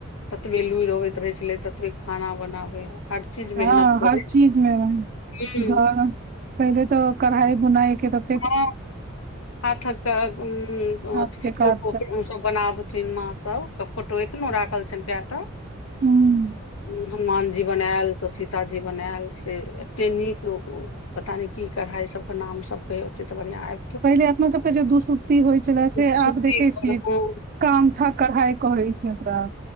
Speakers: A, on the left; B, on the right.
A: ततबे लुइर अबैत रहै छले ततबे खाना बनाबे हर चीज
B: हँ
A: मेहनत करै
B: हर चीज मे
A: हँ
B: घरो पहिले तो कढ़ाई बुनाई केँ तऽ
A: ह हाथक तऽ उं
B: हाथ
A: अथि
B: के
A: सब
B: काज
A: फोटो तऽ बनाबथिन माँ सब फोटोए कऽ नऽ राखल छैन कैय टा
B: हुँ
A: हनुमान जी बनायल तऽ सीताजी बनायल से एते नीक ओ पता नय की कढ़ाय ई सब कऽ नाम सब कहै ओते ते बढ़िया आई
B: पहिले अपना सब कऽ जे दुसुत्ति होइ छलै से
A: बिसुत्ती
B: आब देखै
A: पर
B: छियै
A: हँ
B: काम थाक कढ़ाइ कहै छै ओकरा।